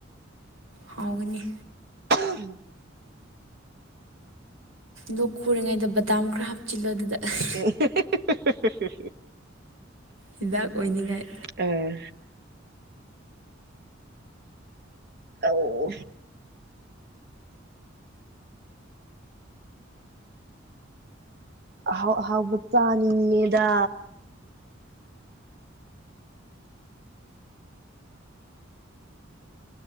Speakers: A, on the right; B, on the right.
A: ꯍꯥꯎꯒꯅꯤ
B: ꯑꯍꯝ
A: ꯂꯣꯛ ꯈꯨꯔꯤꯉꯩꯗ ꯕꯗꯥꯝ ꯈꯔ ꯍꯥꯞꯆꯤꯜꯂꯣ ꯑꯗꯨꯗ ꯑꯁ
B: ꯑꯦ ꯍꯥ ꯍꯤ ꯍꯤ ꯍꯤ ꯍꯤ ꯍꯤ ꯍꯤ
A: ꯍꯤꯗꯥꯛ ꯑꯣꯏꯅꯤꯡꯉꯥꯏ
B: ꯑꯥ ꯑꯧ ꯑꯍꯥꯎ ꯑꯍꯥꯎꯕ ꯆꯅꯤꯡꯉꯤꯗ